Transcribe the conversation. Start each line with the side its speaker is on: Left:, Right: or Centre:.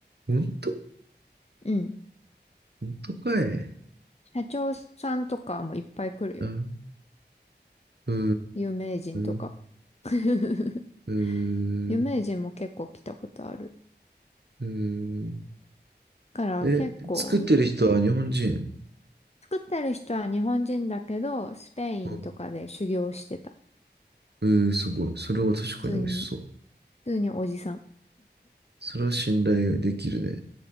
Right: ほんと
Left: うん。
Right: ほんとかい。
Left: 社長さんとかもいっぱい来るよ。
Right: うん。うー
Left: 有名人とか。
Right: ん、
Left: <laughs>
Right: うー
Left: 有名人も結構来たことある。
Right: ん、うーん。
Left: から結構、
Right: え、作ってる人は日本人。
Left: 作ってる人は日本人だけど、スペインとかで修行してた。
Right: うん。えー、すごい。それは確かに美味しそう。
Left: 普通に、普通におじさん。
Right: それは信頼できるね。